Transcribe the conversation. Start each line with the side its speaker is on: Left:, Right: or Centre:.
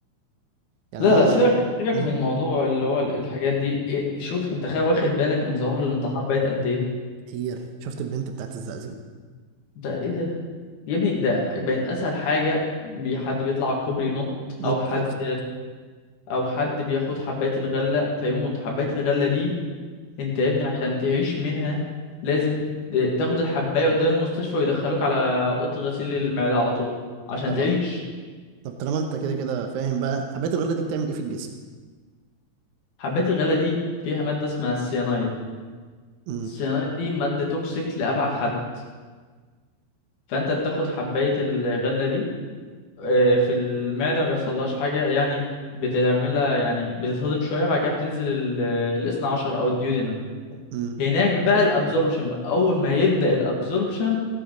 Right: يعني
Left: لا
Right: انا
Left: لا سيبك سيبك
Right: مم.
Left: من موضوع اللي هو الحاجات دي إيه شوف انت خا واخد بالك من ظواهر الانتحار بقت قد ايه
Right: كتير شفت البنت بتاعت الزقازيق
Left: ده ايه ده يا ابني ده بقت اسهل حاجه بي- حد بيطلع على الكوبري ينط او
Right: نط
Left: حد
Right: خلصت
Left: او حد بياخد حبايه الغله فيموت حبايه الغله دي انت يا ابني عشان تعيش منها لازم ت- تاخد الحبايه قدام المستشفى ويدخلوك على اوضه غسيل المعده على طول عشان
Right: امم
Left: تعيش
Right: طب طالما انت كده كده فاهم بقى حبات الغلة دي بتعمل ايه في الجسم
Left: حبايه الغله دي فيها ماده اسمها السيانايد
Right: امم
Left: السيانايد دي ماده توكسيك لابعد حد فانت بتاخد حبايه الغله دي آه، في المعدة ما بيحصلهاش حاجة يعني بتعملها يعني بتتهضم شوية بعد كده بتنزل ال- الاثنى عشر أو الديودينم
Right: امم
Left: هناك بقى الابزوربشن بقى أول ما يبدأ الابزوربشن